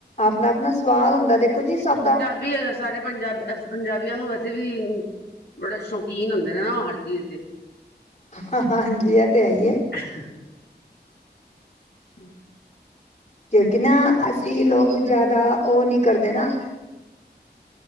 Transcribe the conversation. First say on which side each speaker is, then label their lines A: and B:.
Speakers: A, on the left; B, on the left.
A: ਆਪਣਾ-ਆਪਣਾ ਸਵਾਦ ਹੁੰਦਾ ਦੇਖੋ ਜੀ ਸਭ ਦਾ
B: ਵੀ ਸਾਰੇ ਪੰਜਾਬ ਅਸਂ ਪੰਜਾਬੀਆਂ ਨੂੰ ਵੈਸੇ ਵੀ ਬੜਾ ਸ਼ੌਕੀਨ ਹੁੰਦੇ ਨੇ ਨਾ ਉਹ ਹਰ ਚੀਜ਼ ਦੇ
A: ਹਾਂ ਹਾਂਜੀ ਏ ਤੇ ਹੈਈ ਏ
B: <inaudible> ਹੂੰ
A: ਕਿਉਂਕਿ ਨਾ ਅਸੀਂ ਲੋਕ ਜ਼ਿਆਦਾ ਓ ਨਈ ਕਰਦੇ ਨਾ